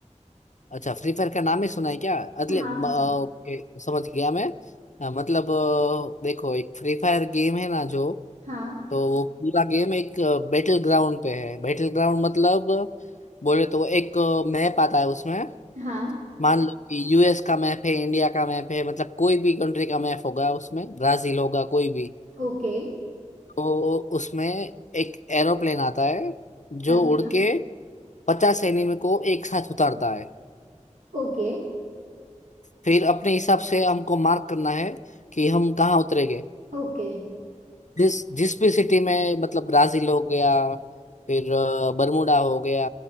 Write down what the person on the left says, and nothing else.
अच्छा फ्री फायर का नाम ही सुना है क्या अगले
म- अ, ओके, समझ गया मैं अ, मतलब अ, देखो एक फ्री फायर गेम है ना जो
तो वो पूरा गेम एक बैटल ग्राउंड पे है बैटल ग्राउंड मतलब बोले तो एक मैप आता है उसमें
मान लो कि यूएस का मैप है इंडिया का मैप है मतलब कोई भी कंट्री का मैप होगा उसमें ब्राजील होगा कोई भी
तो उसमें एक एरोप्लेन आता है जो
उड़ के पचास एनिमी को एक साथ उतारता है
फिर अपने हिसाब से हमको मार्क करना है कि हम कहाँ उतरेंगे
जिस जिस भी सिटी में मतलब ब्राजील हो गया फिर अ, बरमूडा हो गया